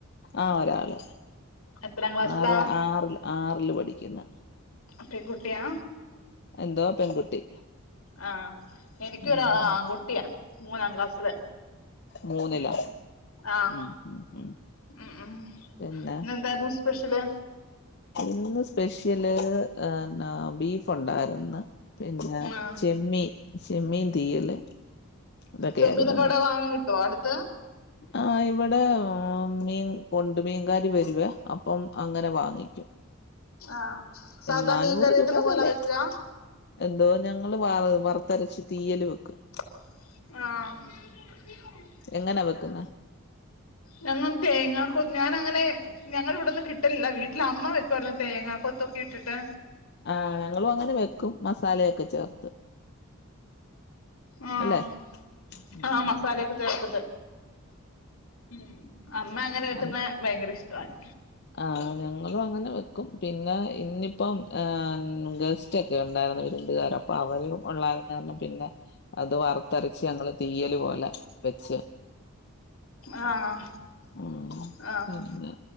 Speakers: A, on the left (about 50°); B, on the left (about 80°).
A: ആഹ് ഒരാള്.
B: എത്രാം ക്ലാസ്സിലാ
A: ആറ ആറിൽ ആറില് പഠിക്കുന്നു.
B: പെൺകുട്ടിയാ?
A: എന്തോ പെൺകുട്ടി.
B: ആഹ് എനിക്കൊരു
A: ഉം
B: ആള്
A: ഉം
B: ആൺകുട്ടിയാ മൂന്നാം ക്ലാസ്സില്.
A: മൂന്നിലൊ
B: ഉം ആഹ്
A: ഉം ഉം.
B: ഉം ഉം ഇന്നെന്താർന്നു
A: പിന്നെ
B: സ്പെഷ്യല്.
A: ഇന്ന് സ്പെഷ്യല് എന്ന ബീഫ് ഉണ്ടായിരുന്ന്. പിന്നെ
B: ആഹ്
A: ചെമ്മീൻ ചെമ്മീൻ തീയല്- ഇതൊക്കെയായിരുന്നു
B: ചെമ്മീനോക്കെ അവിടെ വാങ്ങാൻ കിട്ടോ അടുത്ത്-
A: ആഹ് ഇവിടെ മീൻ കൊണ്ട് മീൻകാര് വരുവേ അപ്പം അങ്ങനെ വാങ്ങിക്കും.
B: ആഹ് സാധാ
A: നന്നൂറ്
B: മീൻകറി വെക്കുന്ന
A: രൂപ
B: പോലെ
A: വെല.
B: വെക്കാ
A: എന്തോ ഞങ്ങള് വ വറുത്തരച്ച് തീയല് വെക്കും.
B: ആഹ്.
A: എങ്ങനാവെക്ക്ന്നെ
B: ഞങ്ങള് തേങ്ങാകൊക് ഞാനങ്ങനെ ഞങ്ങടിവ്ടൊന്നും കിട്ടല്ല്ല വീട്ടില് അമ്മ വെക്ക്വാർന്ന് തേങ്ങ കൊത്തൊക്കെ ഇട്ടിട്ട്
A: ആഹ് ഞങ്ങളുങ്ങനെ വെക്കും മസാലയൊക്കെ ചേർത്ത്
B: ആഹ്
A: അല്ലെ ഉം
B: ആഹ് മസാലക്കെ
A: ഉം
B: ചേർത്ത്ട്ട് ഉം അമ്മ അങ്ങനെ വെക്ക്ന്നെ
A: ആഹ്
B: ഭയങ്കര്ഷ്ടവാണ്
A: ആഹ് ഞങ്ങളും അങ്ങനെ വെക്കും പിന്നെ ഇന്നിപ്പം ഏഹ് ഗസ്സ് റ്റ്‌ക്കെണ്ടായ്ര്ന്ന് വിര്ന്ത്കാര് അപ്പ അവര് ഒള്ളാര്ന്നാർണം പിന്നെ അത് വറത്തരച്ച് ഞങ്ങള് തീയല് പോലെ വെച്ച്
B: ആഹ്
A: ഉം
B: ആഹ്
A: പിന്നെ